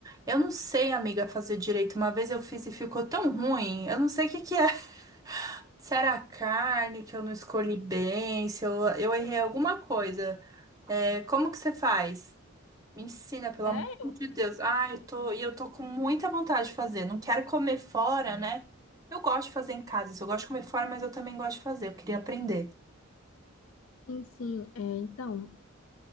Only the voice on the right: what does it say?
Eu não sei, amiga, fazer direito. Uma vez eu fiz e ficou tão ruim. Eu não sei o que que é. <laughs> Se era a carne que eu não escolhi bem, se eu, eu errei alguma coisa. É, como que você faz? Me ensina, pelo
amor de Deus. Ai, eu tô, e eu tô com muita vontade de fazer. Não quero comer fora, né? Eu gosto de fazer em casa. Eu gosto de comer fora, mas eu também gosto de fazer. Eu queria aprender.